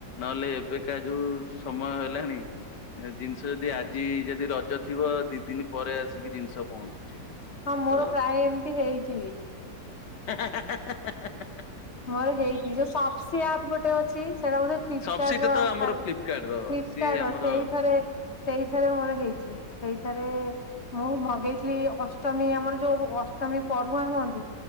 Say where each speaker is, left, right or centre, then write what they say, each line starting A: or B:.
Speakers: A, on the left (about 75°); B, on the left (about 40°).
A: ନଏଲେ ଏବେକା ଯୋଉ ସମୟ ହେଲାଣି ଏ ଜିନିଷ ଯଦି ଆଜି ଯଦି ରଜ ଥିବ ଦି ଦିନ ପରେ ଆସିକି ଜିନିଷ ପହଞ୍ଚୁଛି।
B: ହଁ ମୋର
A: ତ
B: ପ୍ରାୟ ଏମିତି ହେଇଛି ବି।
A: ହା <unintelligible>
B: ମୋର ହେଇଚି ଯୋଉ ସପ୍ସି ଆପ୍ ଗୋଟେ ଅଛି ସେଇଟା ବୋଧେ ଫିଫ୍କାର୍ଡ଼ରେ
A: ସବସିଟି ତ ଆମର
B: ଥାଏ। ଫ୍ଲିପକାର୍ଟ
A: ର ସିଏ ଆମର
B: ର ସେଇଥରେ ସେଇଥରେ ମୋର ହେଇଛି ସେଇଥରେ ମୁଁ ମଗେଇଥିଲି ଅଷ୍ଟମୀ ଆମର ଯୋଉ ଅଷ୍ଟମୀ ପରୁୁଆଁ ହୁଅନ୍ତି।